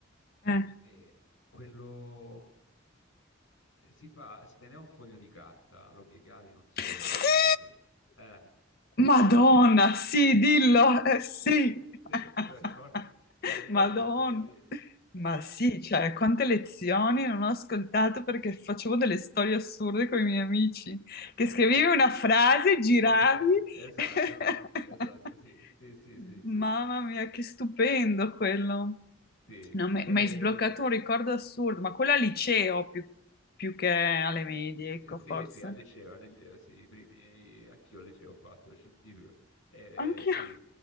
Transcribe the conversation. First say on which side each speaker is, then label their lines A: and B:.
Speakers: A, on the left; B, on the left.
A: eh.
B: è quello, eh, si fa, si prendeva un foglio di carta, lo piegavi, non so,
A: Sì!
B: tipo... in- Eh.
A: Madonna,
B: <laughs>
A: sì, dillo, eh, sì.
B: Te,
A: <laughs>
B: te- te lo ricordi? Te lo ricordi
A: Madonna.
B: quel giochino lì?
A: Ma sì, cioè, quante lezioni non ho ascoltato perché facevo delle storie assurde con i miei amici, che
B: Esatto.
A: scrivevi una frase, giravi.
B: Esatto, esatto,
A: <laughs>
B: esatto, esatto, sì, sì, sì, sì, sì,
A: Mamma mia, che stupendo quello.
B: sì,
A: No, mi
B: eh,
A: mi hai sbloccato un ricordo assurdo, ma quello al liceo più, più che alle medie,
B: eh,
A: ecco,
B: sì,
A: forse.
B: sì, al liceo, al liceo, sì, i primi, anch'io al liceo ho fatto, lo scientifico, eh,
A: Anch'io.
B: sì,
A: <laughs>